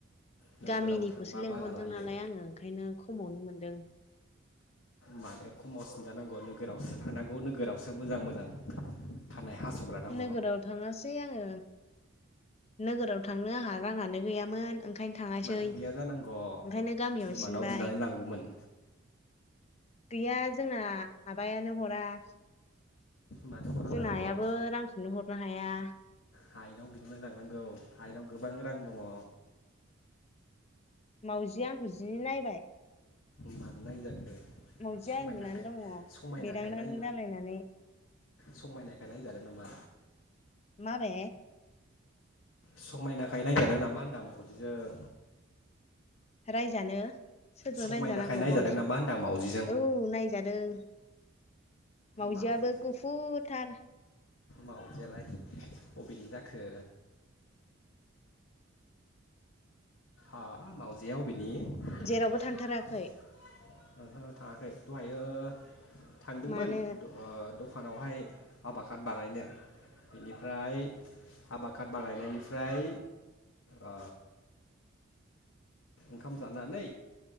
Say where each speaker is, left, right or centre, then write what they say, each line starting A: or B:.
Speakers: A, on the left; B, on the left.
A: नोगोराव
B: गामिनिखौसो
A: थांबा
B: लेंंहरदों
A: बारा लायो
B: नालाय आङो ओंखायनो खमावनो मोनदों
A: माने खमाव सिनजानांगौ नोगोरावसो थांनांगौ नोगोरावसो मोजां मोजां खानाय हास'ग्रा दङ
B: नोगोराव थाङासै आङो नोगोराव थां नो आंहा राङानो गैयामोन। ओंखायनो थाङासै
A: मानो गैया जानांगौ
B: ओंखायनो गामियावनो
A: बिमानाव
B: सिनबाय
A: बिनानै लांगौमोन।
B: गैया जोंना आबायानो हरा। हरा
A: मानो हरा
B: जोंना
A: जानांगौ
B: आयाबो बो रांखौनो हरा। माया
A: हायेनाव बिना लांनांगौ हायेनाव गोबां रां दङ।
B: मावजिया आंखौ जि नायबाय
A: मानो नायजाखो
B: मावजिया
A: समायनाखाय
B: उन्दुनानै दङ
A: समायनाखाय
B: बेदांदां
A: नाय
B: जालायनानै
A: समायनायखाय नायजादों नामा?
B: माबे
A: समायनाखाय नायजादों नामा होनदों मावजिजों?
B: रायजानो? सोरजों
A: समायनाखाय
B: नायजानांगौ
A: नायजादों
B: मावजि
A: नामा होनदां मावजिजों
B: औ नायजादों। मावजियाबो
A: मावजि
B: गुफुरथार
A: मावजियालाय अबेनि जा खो अह मावजिया अबिनि नि ओहो थांदोंना
B: जेरावबो थांथाराखै
A: थाङाखै दहायो थांदोंमोन
B: मानो
A: द दख दखानावहाय हाबा काद बानायनो बिनिफ्राय हाब काद बानायनायनिफ्राय ओ ओंखाम जानानै